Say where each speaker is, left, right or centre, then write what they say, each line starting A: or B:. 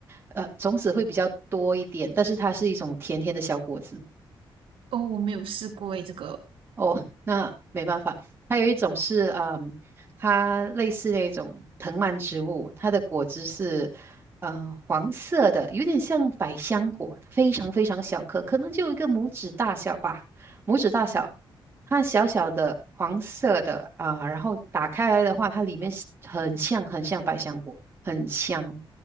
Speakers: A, on the right; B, on the right.
A: 呃，种子会比较多一点，但是它是一种甜甜的小果子。
B: 哦，我没有试过诶，这个
A: 哦，那没办法。还有一种是，嗯，它类似那种藤蔓植物，它的果汁是，呃，黄色的，有点像百香果，非常非常小颗，可能就有一个拇指大小吧，拇指大小。它小小的黄色的啊，然后打开来的话，它里面是很像很像百香果，很香。